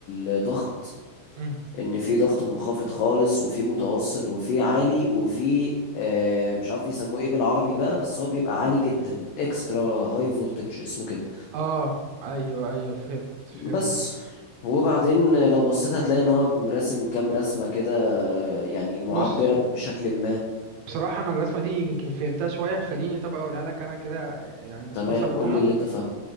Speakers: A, on the left; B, on the right.
A: الضغط
B: مم.
A: ان في ضغط منخفض خالص وفي متوسط وفي عالي وفي آه، مش عارف يسموه ايه بالعربي بقى بس هو بيبقى عالي جدا اكسترا هاي فولتج اسمه كده
B: اه ايوه ايوه فهمت
A: بس
B: فهمت
A: وبعدين لو بصيت هتلاقي ان هو راسم كام رسمة كده آه، يعني معبرة
B: بص
A: بشكل ما
B: بصراحة أنا الرسمة دي يمكن فهمتها شوية خليني طب أقولها لك أنا كده آه، يعني مختصر
A: تمام
B: بتاعها
A: قول لي اللي انت فاهمه